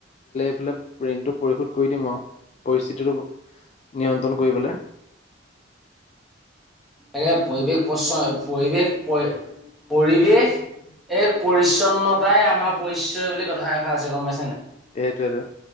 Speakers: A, on the left; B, in the centre.
A: ঋন টো পৰিশোধ কৰি দিম আৰু পৰিস্থিতিটো নিয়ন্ত্ৰণ কৰিবলৈ।
B: এনে পৰিৱেশ প্ৰশয় পৰিৱেশ পৰিৱেশ এক পৰিচ্ছন্নতাই আমাৰ পৰিচয় বুলি কথা এষাৰ আছে গম পাইছে নাই।
A: সেইটোৱেটো